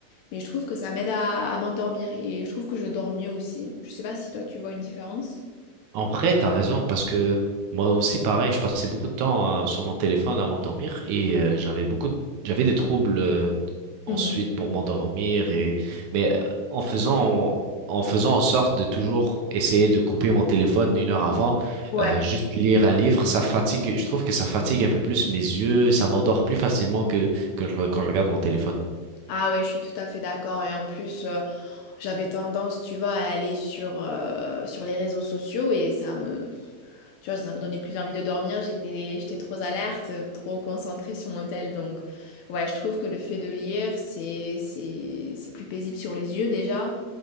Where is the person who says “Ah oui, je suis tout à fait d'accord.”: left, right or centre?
Left